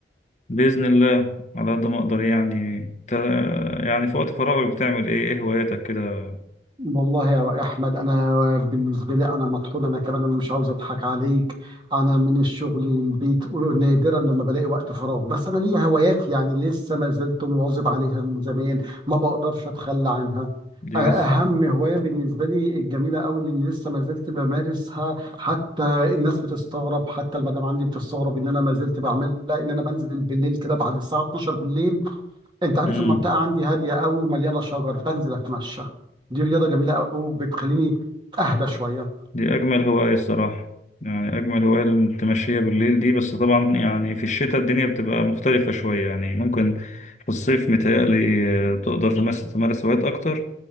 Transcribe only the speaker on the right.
والله يا رأي أحمد أنا بالنسبة لي أنا مطحون أنا كمان أنا مش عاوز أضحك عليك أنا من الشغل للبيت نادرا لما بلاقي وقت فراغ بس أنا ليا هوايات يعني لسه ما زلت مواظب عليها من زمان ما بقدرش أتخلى عنها
أ- أهم
هواية بالنسبة لي الجميلة أوي اللي لسه ما زلت بمارسها حتى الناس بتستغرب حتى المدام عندي بتستغرب إن أنا ما زلت بعملها إن أنا بنزل بالليل كده بعد الساعة 12 بالليل انت عارف
المنطقه عندي هاديه قوي ومليانه شجر بنزل اتمشى دي رياضه جميله قوي وبتخليني اهدى شويه